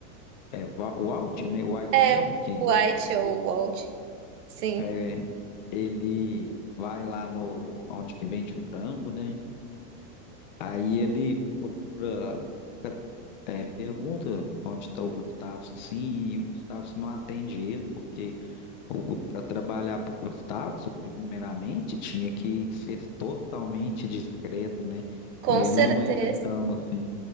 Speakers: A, on the left; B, on the right.
A: É, va- o Altman, o White
B: É,
A: mesmo, que
B: o White ou
A: ele,
B: o Walt. Sim,
A: é, ele vai lá no onde que vende frango, né? Aí ele procura, é, pergunta onde está o Gustavo, assim, e o Gustavo não atende ele, porque para trabalhar para o Gustavo, primeiramente, tinha que ser totalmente discreto, né?
B: com
A: E ele
B: certeza.
A: não era tão assim.